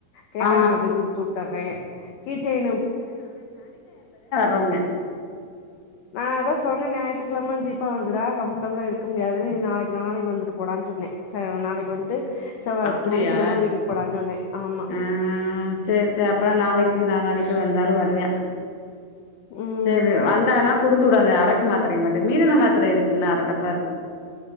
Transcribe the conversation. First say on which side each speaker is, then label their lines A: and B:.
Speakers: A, on the left (about 75°); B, on the left (about 55°).
A: கேட்ட
B: ஆ
A: நா அப்டி குடுத்துட்டுற கீச்செயின்னு
B: ரொண்ண
A: நா அதா சொன்னே ஞாயத்துக்கிழம ஜிப்பா வருதுடா கம்ஃர்டபுளா இருக்க முடியாது நீ நாளைக்கு நாளனைக்கு வந்துட்டு போடான் சொன்ன ச நாளைக்கு வந்துட்டு செவ்வா
B: அப்டியா
A: சனிக்கிழம வீட்டுக்கு போடான்னு சொன்னே ஆமா
B: ஹ செரி செரி அப்பனா நாளைக் நாளானைக்கு வந்தாலு வருவே
A: ம்
B: செரி வந்தானா குடுத்து வுடங்க அரக்கு மாத்திர ய மட்டு மீதி நம்ம இருக்கு இன்னு அரடப்பா இருக்கு